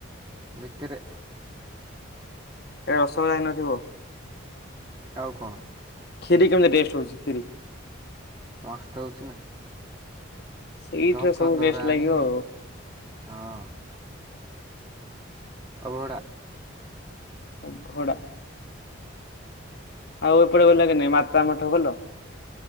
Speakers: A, on the right; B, on the left.
A: ଭିତରେ।
B: ଏ ରସଗୋଲା ହଇନଥିବ।
A: ଆଉ କଣ?
B: ଖିରୀ କେିତି ଟେଷ୍ଟ ହଛି ଖିରୀ।
A: ମସ୍ତ ହଉଛି ନା
B: ସେଇଠରେ
A: ଟଙ୍କ
B: ସବୁ
A: ତରାଣୀ
B: ରେଷ୍ଟ ଲାଗିବ ଆଉ।
A: ହଁ। ଅବଡା।
B: ଅଭଡା। ଆଉ ଏପଟେ ଗଲା କି ନାଇଁ ମାତା ମଠ ଗଲ?